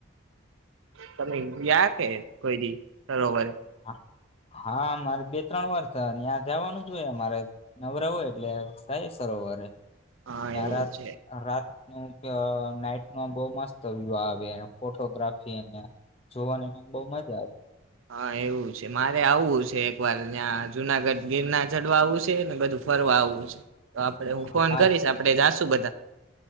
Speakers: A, on the right; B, on the left.
A: તમે ગ્યા કે કોઈ દી સરોવર?
B: <inaudible> હા મારે બે ત્રણ વાર ત આયા જવાનું જ હોય અમારે નવરા હોય એટલે સાહે સરોવરે.
A: હા
B: આ
A: એવું
B: રાત
A: છે
B: આ રાતનું <unintelligible> નાઈટ નો બહ મસ્ત વ્યુ આવે ફોટોગ્રાફી ને જોઆની ને બહુ મ જ
A: હા એવું છે મારે આવવું છે એક વાર ત્યાં જુનાગઢ ગીરના ચડવા આવું છે ને બધું ફરવા આવવું છે તો આપડે હું
B: હા
A: ફોન કરીશ આપડે જાશું બધ <unintelligible>